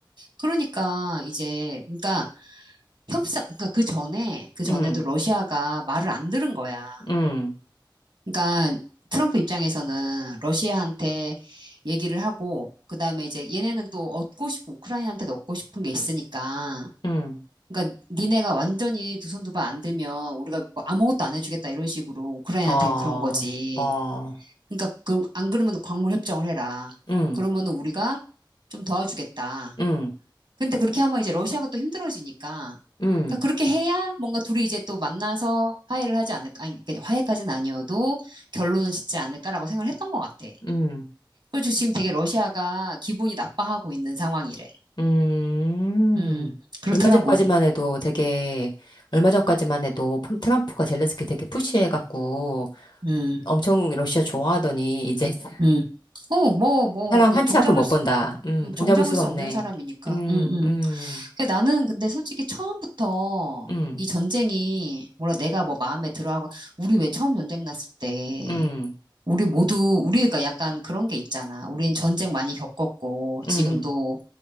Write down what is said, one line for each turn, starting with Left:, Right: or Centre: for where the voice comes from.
Right: 그러니까 이제 그러니까 협상 그러니까 그 전에 그 전에도
Left: 음,
Right: 러시아가 말을 안 들은 거야.
Left: 음,
Right: 그러니까 트럼프 입장에서는 러시아한테 얘기를 하고 그다음에 이제 얘네는 또 얻고 싶고 우크라이나한테도 얻고 싶은 게 있으니까
Left: 음.
Right: 그러니까 니네가 완전히 두 손 두 발 안 들면 우리가 뭐 아무것도 안 해주겠다 이런 식으로 우크라이나한테는
Left: 어,
Right: 그런 거지.
Left: 어,
Right: 그러니까 그, 안 그러면 광물 협정을 해라.
Left: 음,
Right: 그러면은 우리가 좀 도와주겠다.
Left: 음,
Right: 근데 그렇게 하면 이제 러시아가 또 힘들어지니까.
Left: 음,
Right: 그러니까 그렇게 해야 뭔가 둘이 이제 또 만나서 화해를 하지 않을까. 아니, 그러니까 화해까지는 아니어도 결론은 짓지 않을까라고 생각을 했던 것 같아.
Left: 음,
Right: 그래서 지금 되게 러시아가 기분이 나빠하고 있는 상황이래.
Left: 음.
Right: 음, 그렇더라고.
Left: 얼마 전까지만 해도 되게, 얼마 전까지만 해도 트럼프가 젤렌스키 되게 푸시해갖고,
Right: 음,
Left: 엄청 러시아 좋아하더니 이제 <laughs>
Right: 음. 어, 뭐, 뭐,
Left: 사람
Right: 그
Left: 한치
Right: 종잡을
Left: 앞을 못
Right: 수,
Left: 본다. 음,
Right: 음,
Left: 동잡을
Right: 종잡을
Left: 수가
Right: 수
Left: 없네.
Right: 없는 사람이니까.
Left: 음,
Right: 음, 음.
Left: 음,
Right: 그 나는 근데 솔직히 처음부터
Left: 음,
Right: 이 전쟁이, 뭐라 내가 뭐 마음에 들어하고, 우리 왜 처음 전쟁 났을 때,
Left: 음,
Right: 우리 모두, 우리가 약간 그런 게 있잖아. 우린 전쟁 많이 겪었고, 지금도
Left: 음,